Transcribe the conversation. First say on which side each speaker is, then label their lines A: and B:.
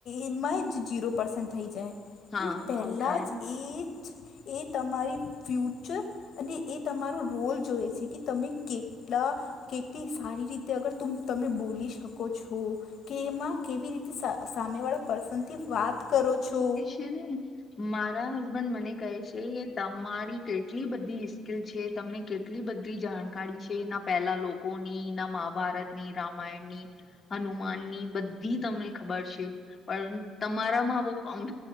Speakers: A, on the left; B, on the left.
A: એમાં જ ઝીરો પર્સન્ટ થઈ જાય
B: હા
A: <unintelligible> પહેલા
B: આવું થાય
A: જ એ જ એ તમારી ફ્યુચર અને એ તમારો રોલ જોય છે કે તમે કે એટલા કેટલી સારી રીતે અગર તુમ તમે બોલી શકો છો કેમાં કેવી રીતે સા સામે વાળા પર્સનથી વાત કરો છો
B: કે ને મારા હસબન્ડ મને કહે છે કે તમારી કેટલી બધી સ્કીલ છે તમને કેત એટલી બધી જાણકારી છેના પહેલા લોકોની ના મહાભારત ની રામાયણની હનુમાનની બધી તમને ખબર છે. પણ તમારામાં વો ઓમ